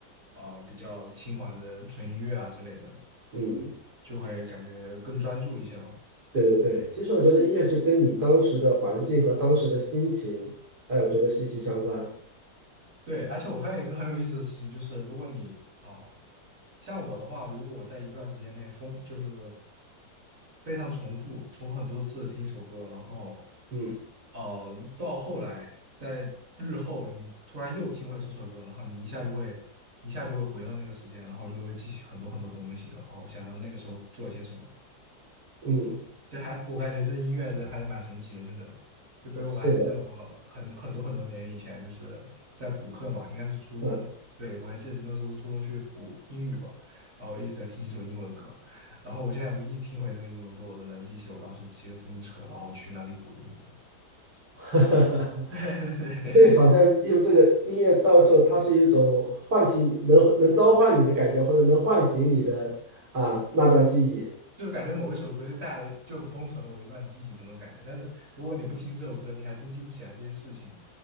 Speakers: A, on the right; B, on the right.
A: 啊、比较轻缓的纯音乐啊之类的，
B: 嗯，
A: 就会感觉更专注一些嘛。
B: 对对对，其实我觉得音乐就跟你当时的环境和当时的心情，哎，我觉得息息相关。
A: 对，而且我发现一个很有意思的事情，就是如果你啊、像我的话，如果我在一段时间内疯，就是非常重复、重复很多次地听一首歌，然后
B: 嗯
A: 呃，到后来在日后你突然又听回这首歌，然后你一下就会一下就会回到那个时间，然后就会记起很多很多东西，然后想到那个时候做了些什么。
B: 嗯，
A: 就还我感觉这音乐这还是蛮神奇的，就是就比如我还记得我很很多很多年以前就是在补课嘛，
B: 呃是的，
A: 应该是初中，
B: 嗯，
A: 对，我还记得是那时候初中去补英语吧，然后我一直在听一首英文歌，然后我现在一听回那个英文歌，我都能记起我当时骑个自行车，然后去那里补英文，
B: <laughs>
A: <laughs> 对对对，
B: 这个好像用这个音乐，到时候它是一种唤醒你，能能召唤你的感觉，或者能唤醒你的啊那段记忆。
A: 就感觉某一首歌就带了就封存了我一段记忆的那种感觉，但是如果你不听这首歌，你还真记不起来这些事情。